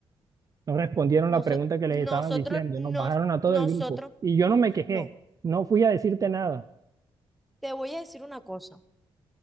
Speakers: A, on the right; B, in the centre.
A: no respondieron
B: Nos,
A: la pregunta que les
B: nosotros,
A: estaban diciendo,
B: nos,
A: nos bajaron a todo
B: nosotros,
A: el grupo y yo no me quejé,
B: no.
A: no fui a decirte nada.
B: Te voy a decir una cosa.